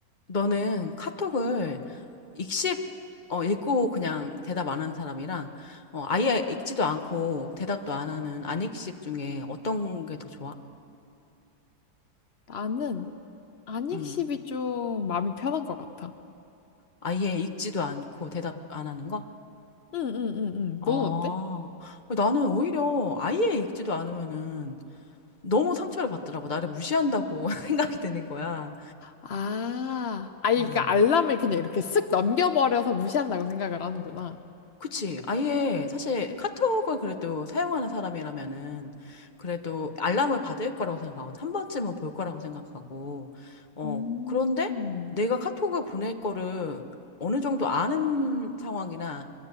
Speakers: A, on the left; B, on the left.
A: 너는 카톡을 읽씹, 어, 읽고 그냥 대답 안 하는 사람이랑, 어, 아예 읽지도 않고 대답도 안 하는 안 읽씹 중에 어떤 게 더 좋아?
B: 나는 안익십이
A: 음
B: 좀 마음이 편한 것 같아.
A: 아예 읽지도 않고 대답 안 하는 거?
B: 응, 응, 응, 응.
A: 아,
B: 넌 어때?
A: 나는 오히려 아예 읽지도 않으면은 너무 상처를 받더라고. 나를 무시한다고 <laughs> 생각이 드는 거야.
B: 아, 아니,
A: 어,
B: 그러니까 알람을 그냥 이렇게 쓱 넘겨버려서 무시한다고 생각을 하는구나.
A: 그치. 아예 사실 카톡을 그래도 사용하는 사람이라면은 그래도 알람을 받을 거라고 생각하거든. 한 번쯤은 볼 거라고 생각하고. 어,
B: 음,
A: 그런데 내가 카톡을 보낼 거를 어느 정도 아는 상황이나